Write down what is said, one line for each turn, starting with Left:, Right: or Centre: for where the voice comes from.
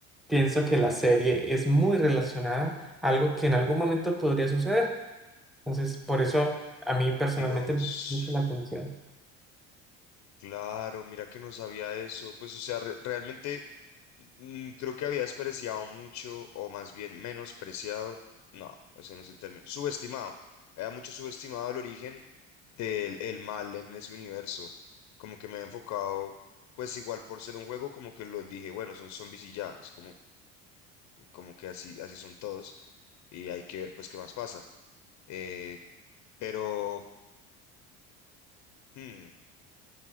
Centre: pienso que la serie es muy relacionada a algo que en algún momento podría suceder. Entonces, por eso a mí personalmente
Left: Dios,
Centre: me llama mucho la atención.
Left: claro, mira que no sabía eso. Pues, o sea, re- realmente Mm, Creo que había despreciado mucho, o más bien menospreciado. No, ese no es el término. Subestimado. Había mucho subestimado el origen del el mal en ese universo. Como que me he enfocado, pues igual por ser un juego, como que lo dije, bueno, son zombies y ya. Es como, como que así, así son todos. Y hay que ver pues qué más pasa. Eh, pero mm,